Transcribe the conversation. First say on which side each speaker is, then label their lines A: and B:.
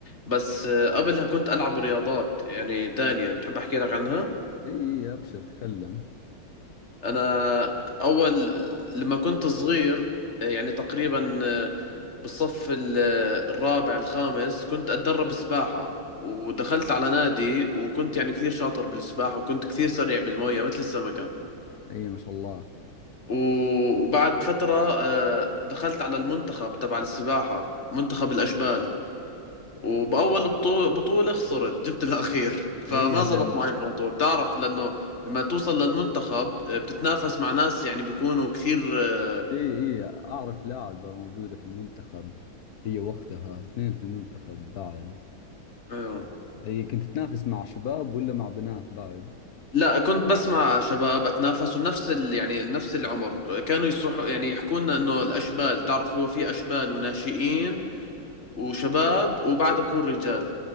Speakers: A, on the left; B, on the left.
A: بس آه، قبلها كنت العب رياضات يعني تانية بتحب احكي لك عنها؟
B: اي اي ابشر تكلم
A: انا اول لما كنت صغير آه، يعني تقريبا آه، بالصف ال- آه، الرابع الخامس كنت اتدرب سباحة ودخلت على نادي وكنت يعني كثير شاطر بالسباحة وكنت كثير سريع بالمية مثل السمكة
B: اي ما شاء الله
A: وبعد فترة آه، دخلت على المنتخب تبع السباحة منتخب الأشبال وبأول بطو- بطولة خسرت جبت الأخير <laughs> فما
B: اي اجل
A: زبط معي الموضوع بتعرف لأنه لما توصل للمنتخب آه، بتتنافس مع ناس يعني بيكونوا كثير آه،
B: اي اي اعرف لاعبة موجودة في المنتخب هي وقتها اثنين في المنتخب بعد
A: آه،
B: اي كنت تنافس مع شباب ولا مع بنات بعد
A: لا كنت بس مع شباب أتنافس وبنفس ال... يعني نفس العمر آه، كانوا يصحوا يعني يحكوا لنا إنه الأشبال تعرفوا في أشبال وناشئين وشباب وبعدها بكون رجال